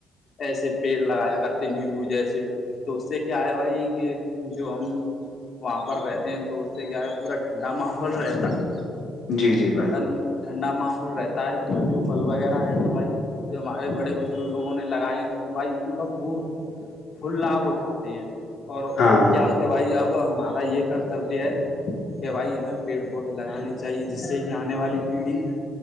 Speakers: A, on the left (about 55°); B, on the left (about 70°).
A: ایسے پیڑ لگایا کرتے نیمبو جیسے تو اس سے کیا ہے بھائی کہ جو ہم وہاں پر رہتے ہیں تو اس سے کیا ہے پورا ٹھنڈا ماحول رہتا ہے
B: جی جی
A: ٹھنڈل
B: بھائی
A: ٹھنڈا ماحول رہتا ہے تو جو پھل وغیرہ ہے تو بھائی جو ہمارے بڑ بڑے بزرگ لوگوں نے لگائے ہیں تو ہم بھائی ان کا فل لھاب اٹھاتے ہیں اور
B: ہاں
A: وہ
B: ہاں
A: کیا ہے کہ بھائی اب ہمارا یہ کرتبیہ ہے کہ بھائی ہمیں پیڑ پودے لگانے چاہیے جس سے کہ آنے والی پیڑھی